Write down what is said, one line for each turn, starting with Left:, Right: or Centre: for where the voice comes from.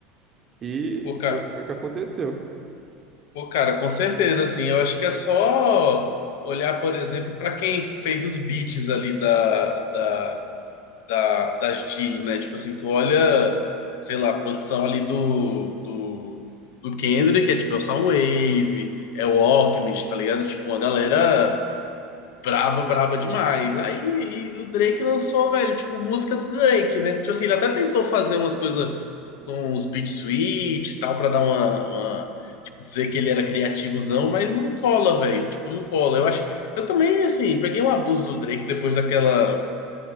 Right: E
Left: pouca-
Right: foi, foi o que aconteceu.
Left: Pô, cara, com certeza, assim, eu acho que é só olhar, por exemplo, para quem fez os beats ali da, da, da- das Gs, né? Tipo assim, tu olha, sei lá, a produção ali do, do, do Kendrick, é tipo, é o Soundwave, é o Alchemist, tá ligado? Tipo, uma galera braba, braba demais. Aí, e o Drake lançou, velho, tipo, música do Drake, né? Tipo assim, ele até tentou fazer umas coisas com os beat switch e tal, pra dar uma... uma dizer que ele era criativozão, mas não cola, velho. Tipo, não cola. Eu acho. Eu também, assim, peguei um abuso do Drake depois daquela.